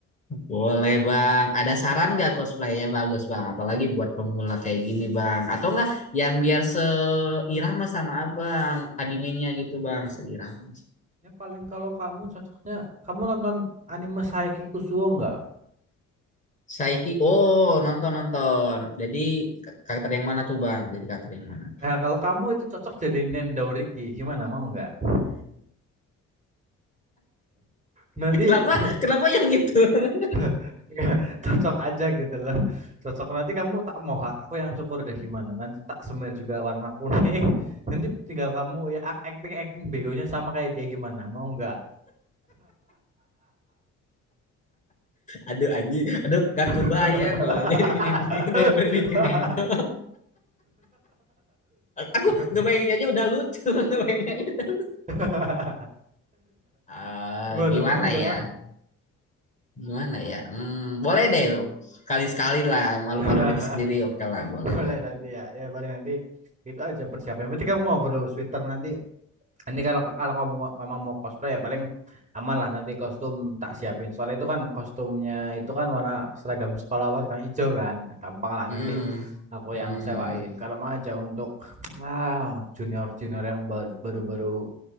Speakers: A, on the left; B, on the right.
A: Boleh bang, ada saran nggak cosplaynya bagus bang? Apalagi buat pemula kayak gini bang, atau nggak yang biar seirama sama abang animenya gitu bang, seirama.
B: Ya paling kalau kamu cocoknya kamu nonton anime Saiki Kusuo nggak?
A: Saiki, oh nonton nonton. Jadi ka- karakter yang mana tuh bang? Jadi karakter yang mana?
B: Ya kalau kamu itu cocok jadi Nendouriki, gimana mau nggak? Nanti
A: <laughs> Kenapa?
B: <laughs>
A: Kenapa yang itu? <laughs>
B: <laughs> Nggak, cocok aja gitu loh cocok nanti kamu tak mohak aku yang cukur deh gimana nanti tak semir juga warna kuning <laughs> nanti tinggal kamu ya acting acting begonya sama kayak dia gimana mau nggak
A: Aduh aji, aduh nggak
B: <laughs>
A: kebayang loh. <laughs> Jadi nendo, nendo, Ricky nendo. Aku
B: <laughs> gimana
A: ngebayangin aja udah lucu. <laughs> ngebayangin aja.
B: <laughs>
A: Ah,
B: gimana
A: gimana
B: mau nggak
A: ya? Gimana ya? Hmm, boleh deh. Kali-sekali lah, malu-maluin
B: <laughs>
A: diri sendiri. Oke lah, boleh
B: Boleh
A: lah.
B: nanti ya. Ya paling nanti itu aja persiapannya. Berarti kamu mau perlu sweater nanti. Ini kalau kalau kamu mau- memang mau cosplay ya paling aman lah nanti kostum tak siapin. Soalnya itu kan kostumnya itu kan warna seragam sekolah warna hijau kan. Nah, Gampang lah
A: Mm-mm.
B: nanti aku
A: Hmm.
B: yang sewain. Kalau mau aja untuk wow, junior-junior yang ba- baru-baru